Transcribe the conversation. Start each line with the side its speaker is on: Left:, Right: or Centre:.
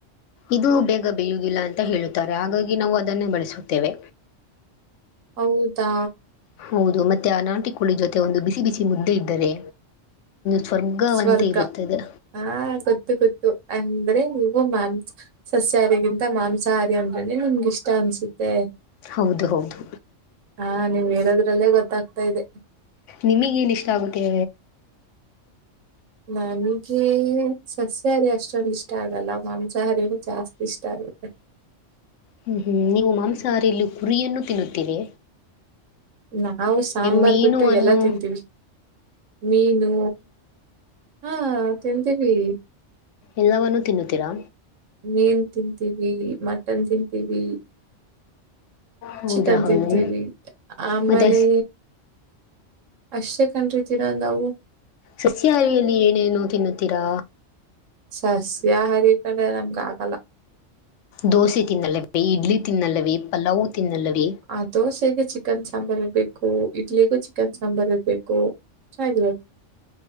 Left: ಇದು ಬೇಗ ಬೇೆಯುದಿಲ್ಲ ಅಂತ ಹೇಳುತ್ತಾರೆ ಹಾಗಾಗಿ ನಾವು ಅದನ್ನ ಬಳಸುತ್ತೇವೆ.
Right: ಹೌದಾ.
Left: ಹೌದು ಮತ್ತೆ ಆ ನಾಟಿಕಳಿ ಜೊತೆ ಒಂದು ಬಿಸಿ ಬಿಸಿ ಮುದ್ದೆ ಇದ್ದರೆ ಸ್ವರ್ಗವಂತ
Right: ಸ್ವರ್ಗ
Left: ಇರುತ್ತದ.
Right: ಹಾ ಗೊತ್ತು ಗೊತ್ತು ಅಂದ್ರೆ ಇವು ಮಾಂಸ ಸಸ್ಯಾಹಾರಿಗಿಂತ ಮಾಂಸಾಹಾರಿ ಅಂದ್ರನೆ ನಿಮ್ಗಿಷ್ಟ ಅನ್ಸುತ್ತೆ.
Left: ಹೌದು ಹೌದು
Right: ಹಾ ನಿವ ಹೇಳೋದ್ರಲ್ಲೇ ಗೊತ್ತಾಗ್ತಾ ಇದೆ.
Left: ನಿಮಗ ಏನ ಇಷ್ಟ ಆಗುತ್ತೇ.
Right: ನಮಗೆ ಸಸ್ಯಾಹಾರಿ ಅಷ್ಟೊಂದು ಇಷ್ಟ ಆಗಲ್ಲ ಮಾಂಸಾಹಾರ ಜಾಸ್ತಿ ಇಷ್ಟ ಆಗುತ್ತೆ.
Left: ಹ್ಮ ಹ್ಮ ನೀವು ಮಾಂಸಾಹಾರಿಯಲ್ಲಿ ಕುರಿಯನ್ನು ತಿನ್ನುತ್ತರೆ.
Right: ನಾವು ಸಾಂಬಾರ್
Left: ಮೀನುವನ್ನು
Right: ಬಿಟ್ಟು ಎಲ್ಲಾ ತಿಂತೀವಿ. ಮೀನು ಹಾ ತಿಂತೀವಿ.
Left: ಎಲ್ಲವನ್ನು ತಿನ್ನುತ್ತೀರಾ.
Right: ಮೀನು ತಿಂತೀವಿ ಮಟನ್ ತಿಂತೀವಿ
Left: ಹೌದಾ
Right: ಚಿಕನ್
Left: ಹೌದು
Right: ತಿಂತೀವಿ ಆಮೇಲೆ
Left: ಮತ್ತೆ
Right: ಅಷ್ಟೇ ಕಂಡರತೀರಾ ನಾವು
Left: ಸಸ್ಯಾಹಾರಿಯಲ್ಲಿ ಏನೇನು ತಿನ್ನುತ್ತೀರಾ
Right: ಸಸ್ಯಾಹಾರಿ ಕಡೆ ನಮ್ಗ ಆಗಲ್ಲ
Left: ದೋಸೆ ತಿನ್ನಲ್ಲ ಇಡ್ಲಿ ತಿನ್ನಲ್ಲವ ಪಲಾವು್ ತಿನ್ನಲ್ಲವ
Right: ಆ ದೋಸೆಗೆ ಚಿಕನ್ ಸಾಂಬಾರ್ ಇರ್ಬೇಕು ಇಡ್ಲಿಗೂ ಚಿಕನ್ ಸಾಂಬಾರ್ ಇರ್ಬೇಕು ಚೆನ್ನಾಗಿರುತ್ತೆ